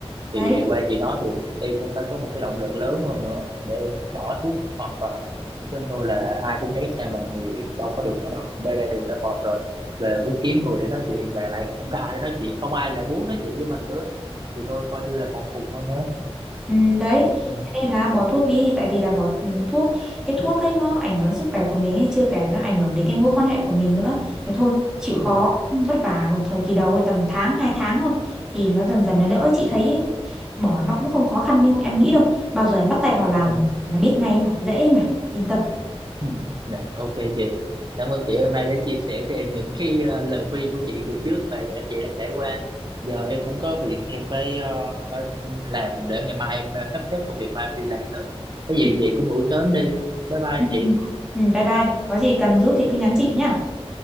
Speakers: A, in the centre; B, on the right.
A: đấy
B: thì qua chị nói thì em cũng phải có một cái động lực lớn hơn nữa để em bỏ thuốc hoàn toàn chứ không thôi là ai cũng né sang mình thì đâu có được nữa đâu đây ra đường đã mệt rồi về muốn kiếm người để nói chuyện mà lại không có ai để nói chuyện không ai lại muốn nói chuyện với mình nữa thì thôi coi như là còn khùng hơn nữa
A: Ừ, đấy
B: ừ.
A: Thế nên là bỏ thuốc đi tại vì là bỏ ừ, thuốc cái thuốc ấy nó ảnh hưởng đến sức khỏe của mình ấy chưa kể nó ảnh hưởng đến cái mối quan hệ của mình nữa thế thôi chịu khó
B: Dạ,
A: vất vả một thời kỳ đầu ấy, tầm tháng hai tháng thôi thì nó dần dần nó đỡ chị thấy ấy. bỏ nó cũng không khó khăn như em nghĩ đâu bao giờ em bắt tay vào làm
B: dạ.
A: là biết ngay mà dễ mà yên tâm
B: Ừ. Dạ, ok chị cảm ơn chị hôm nay đã chia sẻ cho em những cái ờ, lời khuyên của chị từ trước mà đã chị đã trải qua giờ em cũng có việc em phải ờ, làm để ngày mai em ờ, sắp xếp công việc mai em đi làm nữa cái gì
A: <laughs>
B: chị cũng ngủ sớm đi bye bye
A: ừ,
B: chị
A: ừ, ừ. Ừ, bye bye có gì cần giúp thì cứ nhắn chị nhá